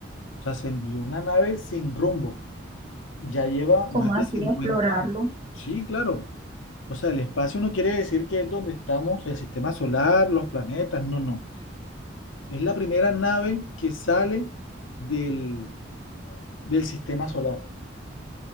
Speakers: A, on the left; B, on the right.
A: O sea, se envió una nave sin rumbo. Ya lleva
B: ¿Cómo
A: más de
B: así
A: cincuenta
B: explorarlo?
A: Sí, claro. O sea, el espacio no quiere decir que es donde estamos, el sistema solar, los planetas, no, no. Es la primera nave que sale del, del sistema solar.